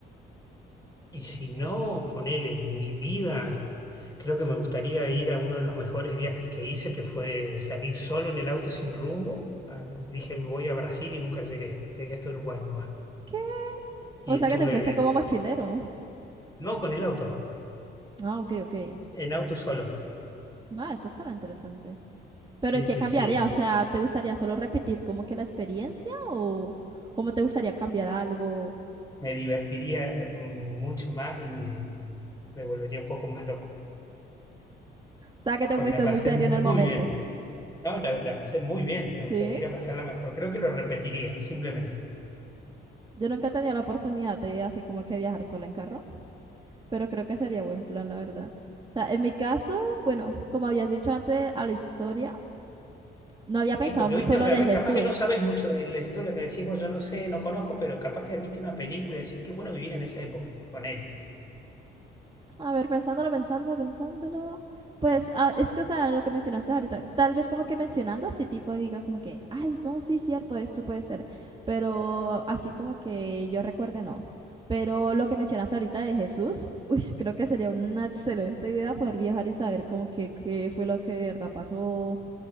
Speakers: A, on the left; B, on the right.
A: y si no, ponele en mi vida, creo que me gustaría ir a uno de los mejores viajes que hice, que fue salir solo en el auto sin rumbo. Ah, Dije, me voy a Brasil y nunca llegué. Llegué hasta Uruguay nomás.
B: ¿Qué?
A: Y
B: O
A: estuve,
B: sea, que te fuiste como mochilero.
A: no con el auto,
B: Ah, ok, ok.
A: en auto solo.
B: Va, eso será interesante. Pero
A: Sí,
B: ¿qué
A: sí,
B: cambiaría?
A: sí.
B: O sea, ¿te gustaría solo repetir como que la experiencia o cómo te gustaría cambiar algo? O
A: Me divertiría mm, mucho más y me volvería un poco más loco,
B: sea, que te
A: porque
B: fuiste
A: la pasé
B: muy serio
A: muy
B: en el momento.
A: bien. No, la, la pasé muy bien, me gustaría
B: Sí.
A: ir a pasarla mejor. Creo que lo repetiría, simplemente.
B: Yo nunca he tenido la oportunidad de así como que viajar sola en carro, pero creo que sería buen plan, la verdad. O sea, en mi caso, bueno, como habías dicho antes a la historia, no había pensado
A: Sí, porque
B: mucho
A: viste, a
B: lo
A: ver,
B: de Jesús.
A: capaz que no sabes mucho de la historia que decís, "Oh, yo no sé, no conozco, pero capaz que viste una película y decís, qué bueno vivir en esa época. Ponele.
B: A ver, pensándolo, pensándolo, pensándolo. Pues ah, es que, o sea, lo que mencionaste ahorita, tal vez como que mencionando así tipo diga como que, ay, no, sí, cierto, esto puede ser, pero así como que yo recuerde no. Pero lo que mencionaste ahorita de Jesús, <laughs> uy, creo que sería una excelente idea poder viajar y saber como que qué fue lo que de verdad pasó,